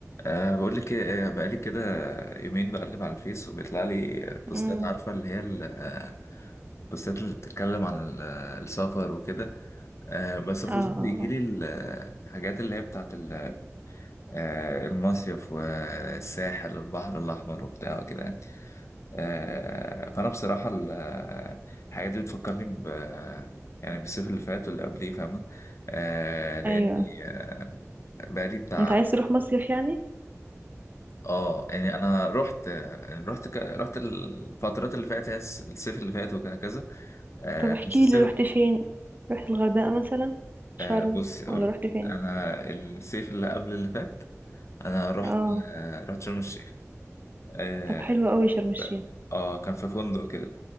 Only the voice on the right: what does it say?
امم
اه اه
اه
ايوه
انت عايز تروح مصيف يعني
طب احكي
لي رحت فين رحت الغردقة مثلا شرم
ولا
رحت
فين
اه
طب حلو قوي شرم الشيخ